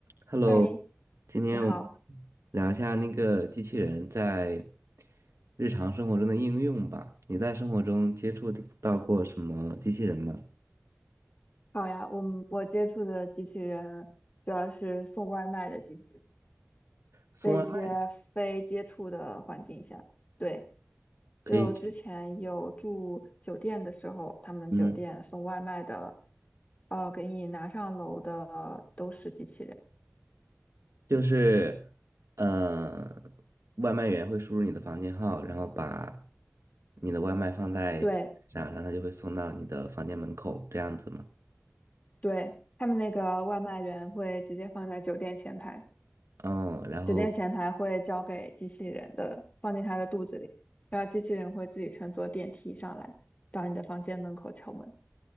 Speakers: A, on the right; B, on the left.
A: Hello，
B: 嗨，
A: 今天我们
B: 你好，
A: 聊一下那个机器人在日常生活中的应用吧。你在生活中接触到过什么机器人吗？
B: 好呀。我们我接触的机器人主要是送外卖的机器人，
A: 送外卖
B: 在一些非接触的环境下。对，
A: 可以去
B: 就之前有住酒店的时候，他们酒店送外卖的，
A: 嗯，
B: 呃，给你拿上楼的都是机器人。
A: 就是呃，外卖员会输入你的房间号，然后把你的外卖放在机器人上，
B: 对
A: 然后它就会送到你的房间门口，这样子吗？
B: 对，他们那个外卖员会直接放在酒店前台。
A: 嗯，然后
B: 酒店前台会交给机器人的，放进它的肚子里，然后机器人会自己乘坐电梯上来，到你的房间门口敲门。